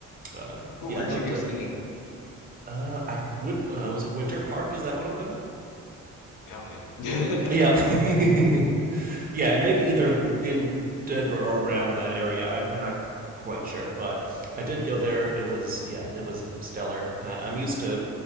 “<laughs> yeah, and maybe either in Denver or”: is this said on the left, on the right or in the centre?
Right